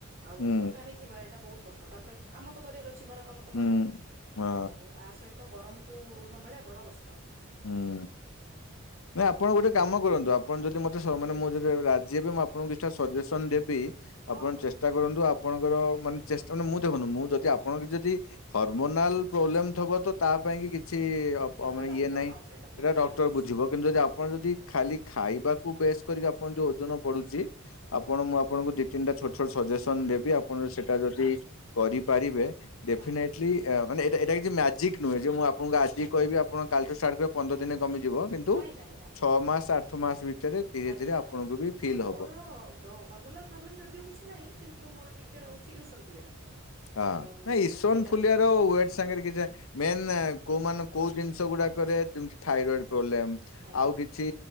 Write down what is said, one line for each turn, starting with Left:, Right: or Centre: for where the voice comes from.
Right: ଆଉ
Left: ହୁଁ
Right: ମୋଟା ହେଇଯିବା ଏଇଟା ବୋହୁତ୍ କଷ୍ଟ ତାପରେ କାମ ତ କରିଆର ଅଛି ଘର କାମ ତ
Left: ହୁଁ
Right: କରିବୁ
Left: ହଁ
Right: ଆଉ ଆ ସଇ ତ ଗରମ୍ କୁ ସମ୍ଭାଳିଆ ବଡ କଷ୍ଟ।
Left: ହୁଁ ନା ଇଁ ଆପଣ ଗୋଟେ କାମ କରନ୍ତୁ ଆପଣ ଯଦି ମତେ ସ ମାନେ ମୁଁ ଯେତେବେଳେ ରାଜି ହେବି ମୁଁ ଆପଣଙ୍କୁ ନିଶ୍ଚୟ ସଜେସନ୍ ଦେବି।
Right: ହଁ
Left: ଆପଣ
Right: ହଁ
Left: ଚେଷ୍ଟା କରନ୍ତୁ ଆପଣଙ୍କର ମାନେ ଚେଷ୍ଟା ନୁହଁ ମୁଁ ଦେଖନ୍ତୁ ମୁଁ ଯଦି ଆପଣ ଯଦି ହରମୋନାଲ୍ ପ୍ରୋବ୍ଲେମ ଥବ ତ ତା ପାଇଁ କି କିଛି ଅ
Right: ସେଇଟା
Left: ବ ମାନେ
Right: ତ ଡକ୍ଟର
Left: ଇଏ ନାହିଁ।
Right: ହଁ ତ
Left: ସେଇଟା
Right: ମେଡିକାଲ
Left: ଡକ୍ଟର
Right: କେସ୍
Left: ବୁଝିବ କିନ୍ତୁ ଯଦି ଆପଣ
Right: ଆଜ୍ଞା
Left: ଯଦି ଖାଲି ଖାଇବାକୁ ବେସ୍ କରିକି ଆପଣଙ୍କ ଯୋଉ ଓଜନ ବଢୁଚି। ଆପଣ
Right: ଆଜ୍ଞା
Left: ମୁଁ ଆପଣ ଆପଣଙ୍କୁ ଦି ତିନ୍ଟା ଛୋଟ ଛୋଟ ସଜେସନ୍ ଦେବି ଆପଣ ସେଟା ଯଦି କରିପାରିବେ ଡେଫିନାଇ
Right: ହଁ
Left: ଟ୍ଲି ଏ ମାନେ ଏଇଟା ଏଇଟା କିଛି ମ୍ୟାଜିକ୍ ନୁହେଁ ଯେ ମୁଁ ଆପଣଙ୍କୁ ଆଜି
Right: ଆଜ୍ଞା
Left: କହିବି ଆପଣ କାଲ୍ ଠୁ ଷ୍ଟାର୍ଟି କ ପନ୍ଦର
Right: ଆଜ୍ଞା।
Left: ଦିନେ କମିଯିବ କିନ୍ତୁ
Right: ନାଇଁ ନାଇଁ ନାଇଁ
Left: ଛଅ ମାସ୍ ଆଠ ମାସ୍ ଭିତରେ ଧୀରେ
Right: ଲାଗିବ
Left: ଧୀରେ ଆପଣଙ୍କୁ
Right: ଆଜ୍ଞା
Left: ବି ଫିଲ୍
Right: ନାଇଁ ମୋର
Left: ହବ।
Right: ତ ହର୍ମୋନାଲ୍ ପ୍ରୋବ୍ଲେମ ଯଦିଓ କିଛି ନାହିଁ କିନ୍ତୁ ମୋର ଟିକେ ରହୁଛି ୟୁସନଫୁଲିଆ।
Left: ହଁ
Right: ଆଉ
Left: ନାଇଁ ଈଶନ୍
Right: ସେଇଟା
Left: ଫୁଲିଆ
Right: ରହୁଛି
Left: ୱେ ସାଙ୍ଗରେ କିଛି ଯାଏ ମେନ୍ କୋଉ ମାନ କୋଉ ଦିନ୍ଷ ଗୁଡାକରେ ଦୁଁ ଥାଇରଏଡ୍ ପ୍ରୋବ୍ଲେମ୍।
Right: ଆଜ୍ଞା
Left: ଆଉ କିଛି